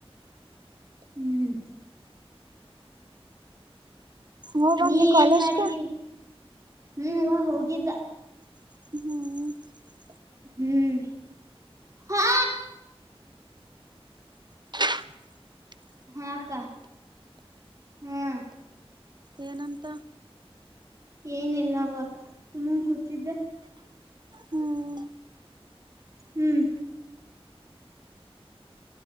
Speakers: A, on the right; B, on the right.
A: ಹ್ಮ್.
B: ಹೋಗಂದಿ
A: ನೀ
B: ಕಾಲೇಜ್ಕ
A: ಏನ್ ಮಾಡಿದೀ ಹ್ಮವಾ ಹೋಗಿದ್ದ.
B: ಹ್ಮ್.
A: ಹ್ಮ್ ಹಾ
B: <inaudible>
A: ಹ್ಮ್ ಅಕ್ಕ ಹ್ಮ್.
B: ಏನಂತ.
A: ಏನಿಲ್ಲ ನೋಡು ಅಕ್ಕಾ ಸುಮನ್ ಕೂತಿದ್ದ.
B: ಹ್ಮ್
A: ಹ್ಮ್.